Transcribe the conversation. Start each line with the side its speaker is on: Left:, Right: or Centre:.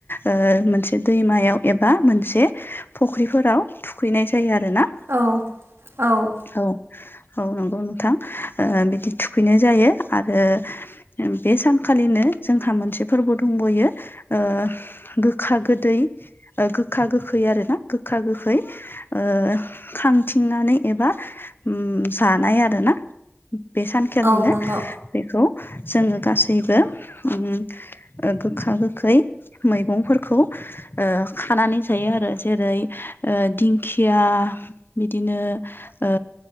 Left: ओ मोनसे दैमायाव एबा मोनसे फख्रिफोराव थुखैनाय जायो आरो ना।
Right: औ औ
Left: औ औ नंगौ नोंथां ओ बिदि थुखैनाय जायो आरो बे सानखालिनो जोंहा मोनसे फोरबो दंबयो ओ गोखा गोदै ओ गोखा गोखै आर ना गोखा गोखै ओ खांथिंनानै एबा ओम जानाय आरोना बे सानखालिनो
Right: औ नंगौ
Left: बेखौ जोङो गासैबो ओम गोखा गोखै मैगंफोरखौ ओ खानानै जायो आरो जेरै ओ दिंखिया बिदिनो ओ